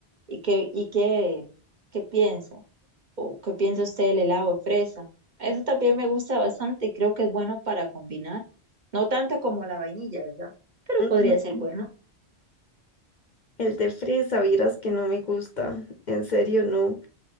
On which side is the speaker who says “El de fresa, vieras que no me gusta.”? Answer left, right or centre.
Left